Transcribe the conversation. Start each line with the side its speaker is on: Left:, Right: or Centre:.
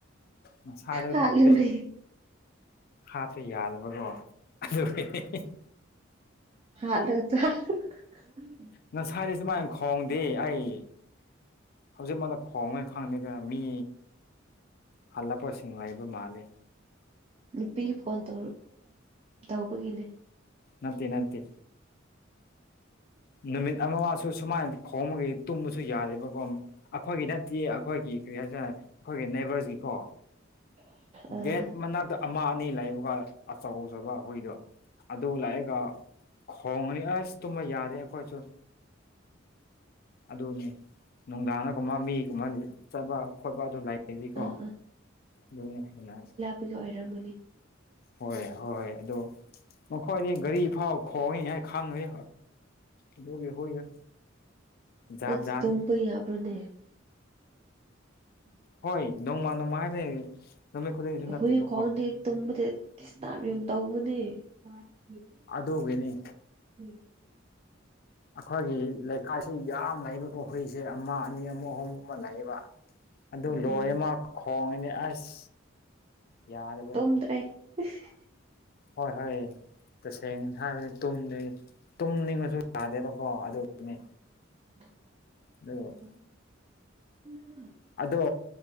Left: ꯉꯁꯥꯏꯗ
Right: ꯍꯥꯠꯂꯨꯅꯦ
Left: ꯇꯧꯗꯦ꯫ ꯍꯥꯠꯄ ꯌꯥꯗꯕꯀꯣ ꯑꯗꯨꯒꯤ <unintelligible>
Right: ꯍꯥꯠꯂꯒ ꯆꯥ <unintelligible>
Left: ꯉꯁꯥꯏꯗꯤ ꯁꯨꯃꯥꯏꯅ ꯈꯣꯡꯗꯦ ꯑꯩ ꯍꯧꯖꯤꯛꯃꯛꯅ ꯈꯣꯡꯉ ꯈꯪꯗꯦ꯫ ꯒ ꯃꯤ ꯍꯜꯂꯛꯄꯁꯤꯡ ꯂꯩꯕ ꯃꯥꯜꯂꯦ꯫
Right: ꯅꯨꯄꯤ ꯐꯣꯟ ꯇꯧꯔꯛ ꯇꯧꯕꯒꯤꯅꯦ꯫
Left: ꯅꯠꯇꯦ-ꯅꯠꯇꯦ꯫ ꯅꯨꯃꯤꯠ ꯑꯃ ꯃꯥꯁꯨ ꯁꯨꯃꯥꯏꯅ ꯈꯣꯡꯕꯒꯤ ꯇꯨꯝꯕꯁꯨ ꯌꯥꯗꯦꯕꯀꯣ꯫ ꯑꯈꯣꯏꯒꯤ ꯅꯠꯇꯦ ꯑꯈꯣꯏꯒꯤ ꯀꯔꯤ ꯍꯥꯏꯁꯤꯔꯥ ꯑꯈꯣꯏꯒꯤ ꯅꯦꯕꯔꯁꯒꯤꯀꯣ꯫
Right: ꯑꯥ
Left: ꯒꯦꯠ ꯃꯅꯥꯛꯇ ꯑꯃ ꯑꯅꯤ ꯂꯩꯕꯒ ꯑꯆꯧ ꯆꯧꯕ ꯍꯨꯏꯗꯣ꯫ ꯑꯗꯨ ꯂꯩꯔꯥꯒ ꯈꯣꯡꯉꯅꯤ ꯑꯁ ꯇꯨꯝꯕ ꯌꯥꯗꯦ ꯑꯈꯣꯏꯁꯨ꯫ ꯑꯗꯨꯅꯤ ꯅꯨꯡꯗꯥꯡꯅꯒꯨꯝꯕ ꯃꯤꯒꯨꯝꯕ ꯆꯠꯕ ꯈꯣꯠꯄ ꯑꯗꯨ ꯂꯩꯔꯗꯤꯀꯣ꯫
Right: ꯑꯥ
Left: ꯗꯨꯅꯤ ꯑꯩꯅꯥ ꯍꯥꯏ
Right: ꯄꯤꯒꯤ ꯑꯣꯏꯔꯝꯃꯅꯤ꯫
Left: ꯍꯣꯏ-ꯍꯣꯏ ꯑꯗꯨ ꯃꯈꯣꯏꯗꯤ ꯒꯥꯔꯤ ꯐꯥꯎ ꯈꯣꯡꯉꯤꯅꯤ ꯍꯥꯏ ꯈꯪꯗꯦ꯫ ꯑꯗꯨꯒꯤ ꯍꯨꯏꯗꯣ꯫ ꯖꯥꯠ
Right: ꯑꯁ
Left: ꯖꯥꯠꯅꯤ
Right: ꯇꯨꯝꯕ ꯌꯥꯕ꯭ꯔꯣꯅꯦ꯫ <unintelligible>
Left: ꯍꯣꯏ ꯅꯣꯡꯃ ꯅꯣꯡꯃ ꯍꯥꯏꯕꯅꯤ꯫ ꯅꯨꯃꯤꯠ ꯈꯨꯗꯤꯡꯁꯨ ꯅꯠꯇꯦꯕꯀꯣ
Right: ꯍꯨꯏ ꯈꯣꯡꯉꯥꯗꯤ ꯇꯨꯝꯕꯗ ꯗꯤꯁꯇꯥꯔꯕ ꯌꯥꯝ ꯇꯧꯕꯅꯦ <inaudible>
Left: ꯑꯗꯨꯒꯤꯅꯤ꯫
Right: <inaudible>
Left: ꯑꯈꯣꯏꯒꯤ ꯂꯩꯀꯥꯏꯁꯤ ꯌꯥꯝ ꯂꯩꯕꯀꯣ ꯍꯨꯏꯁꯦ ꯑꯃ ꯑꯅꯤ ꯑꯃꯨ ꯑꯍꯨꯝ꯫ ꯃ ꯂꯩꯌꯦꯕ ꯑꯗꯨ
Right: ꯎꯝ
Left: ꯂꯣꯏꯅꯃꯥꯛ ꯈꯣꯡꯉꯅꯤ ꯑꯁ꯫ ꯌꯥꯗꯕꯅꯤ꯫
Right: ꯇꯨꯝꯗ꯭ꯔꯦ <unintelligible>
Left: ꯍꯣꯏ-ꯍꯣꯏ꯫ ꯇꯁꯦꯡꯅ ꯍꯥꯏꯕꯗ ꯇꯨꯝꯗꯦ ꯇꯨꯝꯅꯤꯡꯉꯁꯨ ꯌꯥꯗꯦꯕꯀꯣ ꯑꯗꯨꯒꯤꯅꯤ꯫
Right: <inaudible>
Left: ꯑꯗꯨ
Right: <inaudible>
Left: ꯑꯗꯣ